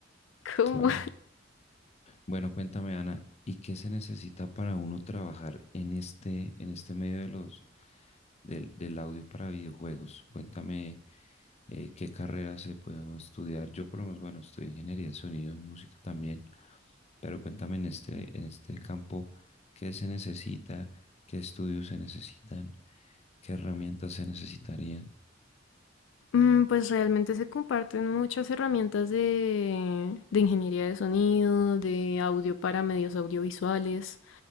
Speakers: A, on the left; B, on the left.
A: ¿cómo?
B: claro. Bueno, cuéntame, Ana, ¿y qué se necesita para uno trabajar en este, en este medio de los, del, del audio para videojuegos? Cuéntame, eh, qué carrera se puede estudiar. Yo por lo menos, bueno, estudio ingeniería de sonido, en música también, pero cuéntame en este, en este campo, ¿qué se necesita? ¿Qué estudios se necesitan? ¿Qué herramientas se necesitarían?
A: Mm, Pues realmente se comparten muchas herramientas de, de ingeniería de sonido, de audio para medios audiovisuales.